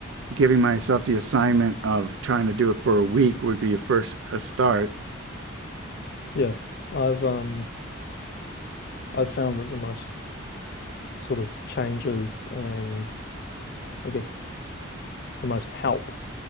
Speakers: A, on the right (about 70°); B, on the left (about 50°).
A: giving myself the assignment of trying to do it for a week would be a first a start.
B: yeah, I've um. I've found that the most sort of changes and I guess the most help